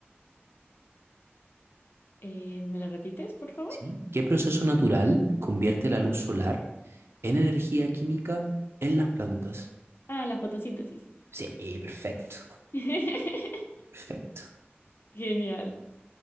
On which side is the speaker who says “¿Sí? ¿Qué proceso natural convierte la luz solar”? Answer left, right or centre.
Right